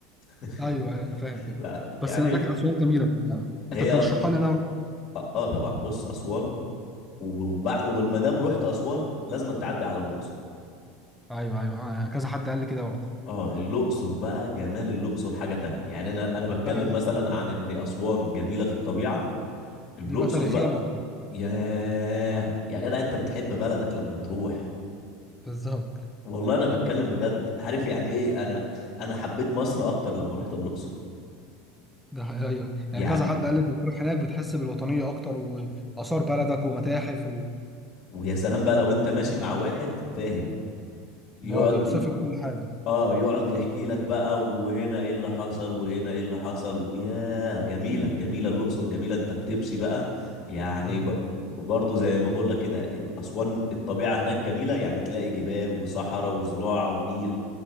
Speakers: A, on the left; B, in the centre.
A: <laughs>
B: ايوه أيوة، انا فاهم كده
A: لا لا
B: بس
A: يعني
B: هناك اسوان جميله يعني
A: هي
B: انت ترشحها
A: أص...
B: لي إن انا اروح
A: اه طبعا بص اسوان وب... وبع- والمدام رحت اسوان لازم تعدي على الاقصر
B: ايوه ايوه آه، كذا حد قال لي كده برضه
A: اه الاقصر بقى جمال الاقصر حاجه تانية يعني انا انا بتكلم
B: دي بقى
A: مثلا عن ان اسوان جميله في الطبيعه الاقصر
B: دي بقى تاريخيا
A: بقى
B: اكتر
A: ياه يا جدع انت بتحب بلدك لما بتروح
B: بالظبط
A: والله انا بتكلم بجد عارف يعني ايه انا انا حبيت مصر اكتر لما رحت الاقصر
B: ده حقيقي ايوه يعني
A: يعني
B: كذا حد قال لك بتروح هناك بتحس بالوطنيه اكتر واثار بلدك ومتاحف و
A: ويا سلام بقى لو انت ماشي مع واحد فاهم يقعد
B: هو بيوصف لك كل حاجه
A: اه يقعد يحكي لك بقى وهنا ايه اللي حصل وهنا ايه اللي حصل وياه جميله جميله الاقصر جميله انت بتمشي بقى يعني
B: ايوه
A: ب- برضو زي ما بقول لك كده اسوان الطبيعه هناك جميله يعني تلاقي جبال وصحراء وزراعه ونيل